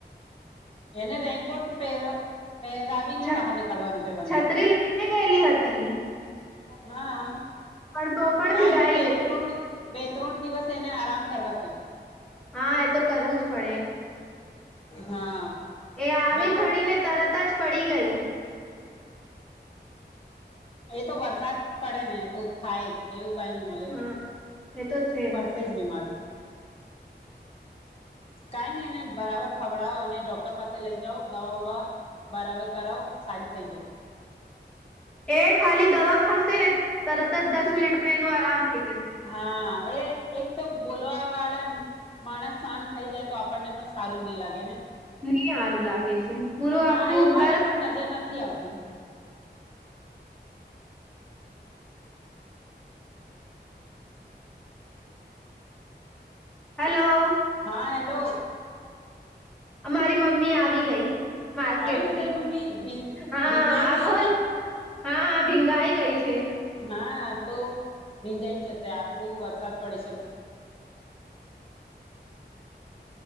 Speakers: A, on the left (about 30°); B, in the centre.
A: એને રેઈનકોટ પરો રાવી
B: બી
A: ને
B: છ-
A: બહાર નીકળવાનું કેવાનું
B: છત્રી લઈને ગયેલી હતી
A: હા
B: પણ તો પણ
A: કઈ
B: ભીગાઈ
A: નઈને બે
B: ગઈ
A: ત્રણ બે ત્રણ દિવસ તેને આરામ કરવા કે
B: હા કરું જ પડે
A: હા
B: આવી
A: ડોક્ટર
B: ભણીને તરત જ પડી ગઈ
A: એ તો વરસાદ પડે ને તો થાય જ એવું કઈ ન મલે
B: હા એ તો છે
A: પડશે જ બીમાર કઈ નઈ એને બરાબર ખવડાવો અને ડોક્ટર પાસે લઈ જાઓ દવા ઉવા બરાબર કરાવો સારી થઇ જશે
B: એ ખાલી દવા ખાસે ને તરત જ દસ મિનિટમાં એનું આરામ થઈ જશે
A: હા એ એક તો બોલવા વાળા માણસ શાંત થઈ જાય તો આપણને પણ સારું નઈ લાગે ને?
B: નહી સારું લાગે છે પૂરું
A: હા
B: આખું
A: એ
B: ઘર
A: મને પણ નજર નથી આવતી
B: હલો
A: હા હેલો
B: અમારી મમ્મી આવી ગઈ માર્કેટથી.
A: આવી ગઈ તારી મમ્મી ભીં
B: હા
A: ભીંજાઈ
B: આ
A: ગઈ
B: ખોલ
A: ને
B: હા ભીંગાઈ ગઈ છે.
A: હા તો ભીઇંઆઈ જશે આટલું વરસાદ પડે છે તો